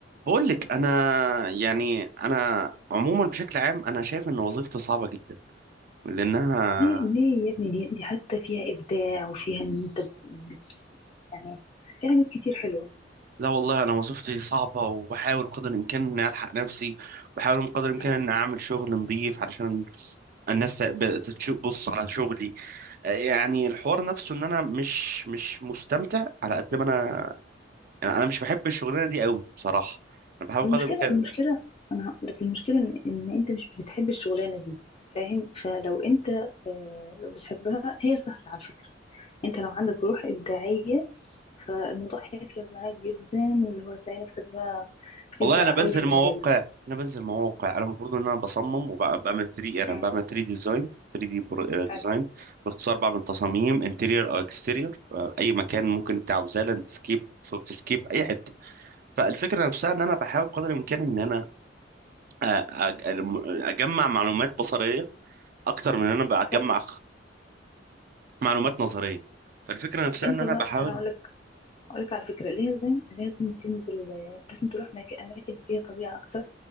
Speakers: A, on the right (about 50°); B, on the left (about 30°).
A: بقول لك انا يعني انا عموما بشكل عام انا شايف ان وظيفتي صعبه جدا لانها
B: ليه ليه يا ابني دي, دي حتى فيها إبداع وفيها إن أنت بت- يعني في حاجات كتير حلوة
A: لا والله انا وظيفتي صعبه وبحاول بقدر الامكان اني الحق نفسي بحاول بقدر الامكان
B: مم.
A: اني اعمل شغل نظيف علشان الناس تب- تشوف بص على شغلي آه، يعني الحوار نفسه ان انا مش مش مستمتع على قد ما انا يعني انا مش بحب الشغلانه دي قوي بصراحه انا بحاول
B: المشكلة
A: بقدر الامكان
B: المشكلة أنا هقول لك المشكلة إن, إن أنت مش بتحب الشغلانة دي فاهم فلو أنت آه لو بتحبها هي سهلة على فكرة أنت لو عندك روح إبداعية فالموضوع هيفرق معاك جدا واللي هو هتلاقي نفسك بقى بتبدع
A: والله انا بنزل
B: قوي في
A: مواقع
B: المجال ده
A: انا بنزل مواقع انا المفروض ان انا بصمم وبعمل 3
B: مم.
A: انا بعمل 3 ديزاين 3 دي
B: حلو
A: ديزاين باختصار بعمل تصاميم انتيرير او اكستيرير اي مكان ممكن انت عاوزاه لاندسكيب سوفت سكيب اي حته فالفكره نفسها ان انا بحاول قدر الامكان ان انا أ- أ- اجمع معلومات بصريه اكتر من ان انا بجمع
B: صح
A: معلومات نظريه فالفكره نفسها
B: أنت
A: ان انا
B: بقى
A: بحاول
B: أنا أقول لك أقولك على فكرة لازم لازم تنزل لازم تروح مك- أماكن فيها طبيعة أكتر